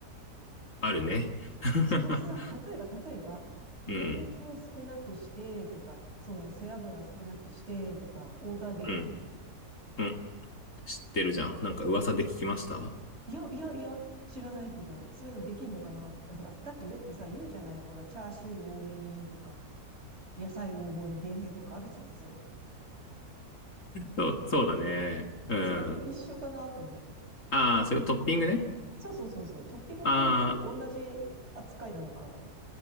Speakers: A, on the left; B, on the right.
A: あ、あるね。<laughs>
B: それさ、例えば、例えば、ニンニクを少なくしてとか、
A: うん、
B: その背脂少なくしてとか、オーダーできんの
A: うん、うん。知ってるじゃん。なんか噂で聞きました
B: いや、いや、いや、知らないけど、そういうのできんのかなと思って、ほら、だってよくさ、言うじゃない、ほら、チャーシュー多めにとか、野菜大盛りでとかあるじゃない、そういう。
A: そう、そうだね。うん。
B: それと一緒かなと思って。
A: ああ、それをトッピングね。
B: そうそうそうそう、トッピング系と同じ扱いなのかなと思って。
A: あー